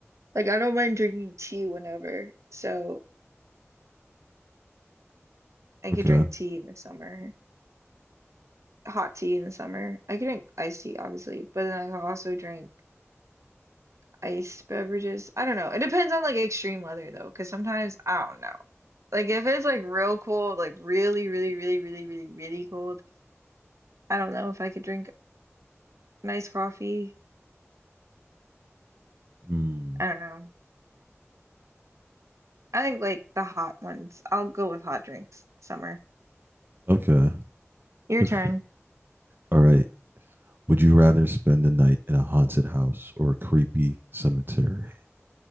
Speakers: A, on the right; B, on the right.
A: Like I don't mind drinking tea whenever. So I
B: Okay.
A: could drink tea in the summer, hot tea in the summer. I could drink iced tea, obviously, but then I could also drink iced beverages. I don't know. It depends on like extreme weather though, because sometimes I don't know. Like if it's like real cold, like really, really, really, really, really, really cold, I don't know if I could drink nice coffee.
B: Hmm.
A: I don't know. I think like the hot ones. I'll go with hot drinks. Summer.
B: Okay.
A: Your
B: It's
A: turn.
B: All right. Would you rather spend the night in a haunted house or a creepy cemetery?